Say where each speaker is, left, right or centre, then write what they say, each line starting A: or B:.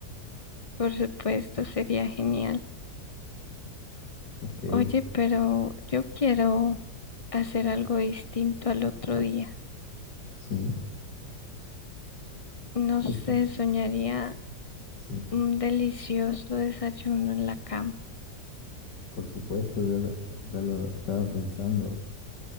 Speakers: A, on the left (about 35°); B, on the left (about 85°).
A: Por supuesto, sería genial.
B: Ok,
A: Oye, pero yo quiero hacer algo distinto al otro día.
B: sí,
A: No
B: ¿qué
A: sé,
B: te...?
A: soñaría
B: Sí.
A: un delicioso desayuno en la cama.
B: Por supuesto, ya lo, ya lo estaba pensando,